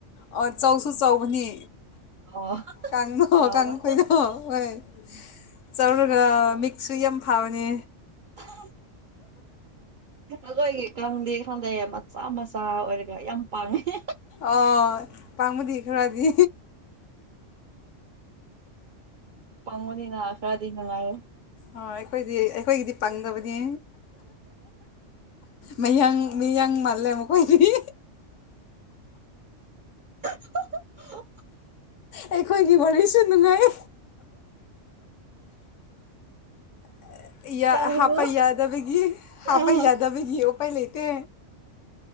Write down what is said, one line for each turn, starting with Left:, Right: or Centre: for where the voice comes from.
Left: ꯑꯣ ꯆꯧꯁꯨ ꯆꯧꯕꯅꯤ
Right: ꯑꯣ
Left: ꯀꯥꯡꯉꯣ
Right: ꯇꯥꯕ꯭ꯔꯥ
Left: ꯀꯥꯡ ꯀꯣꯏꯗꯣ ꯍꯣꯏ ꯆꯧꯔꯒ ꯃꯤꯛꯁꯨ ꯌꯥꯝ ꯐꯕꯅꯦ
Right: ꯎ <inaudible> ꯑꯩꯈꯣꯏꯒꯤ ꯀꯪꯗꯤ ꯈꯪꯗꯩ ꯃꯆꯥ ꯃꯆꯥ ꯑꯣꯏꯔꯒ ꯌꯥꯝ ꯄꯥꯡꯉꯦ
Left: ꯑꯣ ꯄꯥꯡꯕꯨꯗꯤ ꯈꯔꯥꯗꯤ
Right: ꯄꯉꯨꯅꯤꯅ ꯑꯈꯔꯥꯗꯤꯅ ꯅꯨꯡꯉꯔꯦ
Left: ꯑ ꯑꯩꯈꯣꯏꯗꯤ ꯑꯩꯈꯣꯏꯒꯤꯗꯤ ꯄꯥꯡꯗꯕꯅꯤ ꯃꯌꯥꯡ ꯃꯌꯥꯡ ꯃꯥꯜꯂꯦ ꯃꯈꯣꯏꯗꯤ
Right: <unintelligible>
Left: ꯑꯩꯈꯣꯏꯒꯤ ꯋꯥꯔꯤꯁꯨ ꯅꯨꯡꯉꯥꯏ <unintelligible>
Right: ꯀꯥꯡꯁꯨ
Left: ꯍꯥꯞꯄ ꯌꯥꯗꯕꯒꯤ ꯍꯥꯞꯄ
Right: ꯑꯥ
Left: ꯌꯥꯗꯕꯒꯤ ꯎꯄꯥꯏ ꯂꯩꯇꯦ